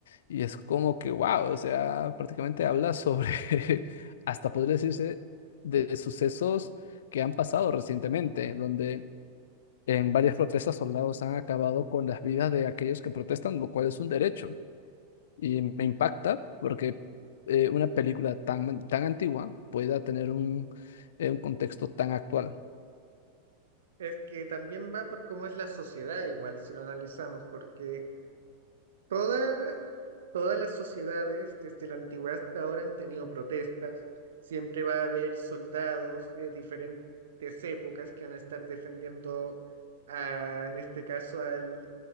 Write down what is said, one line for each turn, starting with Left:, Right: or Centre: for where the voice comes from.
Left: y es como que, wow, o sea, prácticamente habla sobre, <laughs> hasta podría decirse, de sucesos que han pasado recientemente, donde en varias protestas soldados han acabado con las vidas de aquellos que protestan, lo cual es un derecho. Y me impacta porque eh, una película tan, tan antigua pueda tener un, eh, un contexto tan actual.
Right: Es que también va por cómo es la sociedad igual, si lo analizamos, porque toda Todas las sociedades, desde la antigüedad hasta ahora, han tenido protestas. Siempre va a haber soldados de diferentes épocas que van a estar defendiendo, a- en este caso, al,